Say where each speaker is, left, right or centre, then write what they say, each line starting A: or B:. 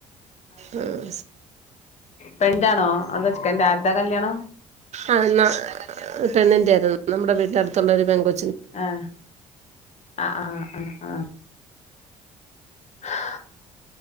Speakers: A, on the right; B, on the left.
A: ആഹ്
B: പെന്റാണോ അതോ ചെക്കന്റെ ആര്താ കല്യാണം?
A: ആഹ് ന്ന പെണ്ണിന്റേയിരുന്നു നമ്മുടെ വീട്ട അടുത്തുള്ള ഒരു പെങ്കൊ
B: ആഹ് ആ ആഹ് ആഹ് ആഹ് ഹ്